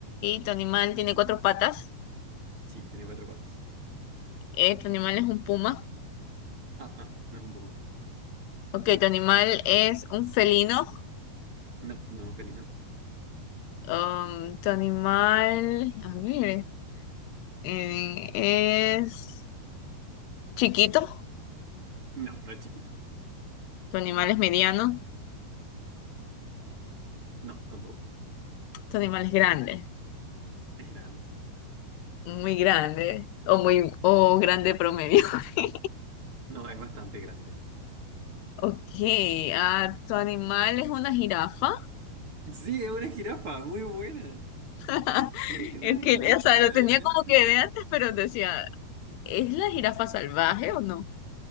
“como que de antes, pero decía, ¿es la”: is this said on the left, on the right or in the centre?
Left